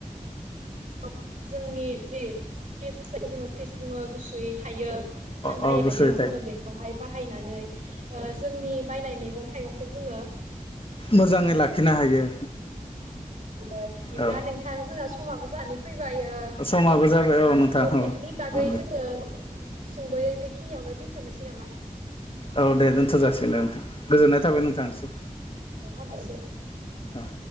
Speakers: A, on the right (about 65°); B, on the left (about 40°).
A: <unintelligible> जोंनि जि फ्रिस जोङो फ्रिस बुङो गुसुयै थायो थान्दाय
B: औ
A: थायो
B: गुसुयै
A: जोङो बेखौहाय बाहायनानै ओ जोंनि बायनाय मैगं थाइगंखौ जोङो
B: मोजाङै लाखिनो हायो।
A: आरो बिदिब्ला
B: औ
A: नोंथां जोंहा समाबो जानानै फैब बायो
B: समाबो जाबाय औ नोंथां
A: मोब्लिबनि
B: औ
A: बागै जोङो सुंद'यै बेख खिनियावनो दोनथ'नोसै नामा?
B: औ दे दोनथ' जासिगोन दे नोंथां। गोजोननाय
A: दे
B: थाबाय
A: दे
B: नोंथांनिसिम
A: हामबायसै
B: औ।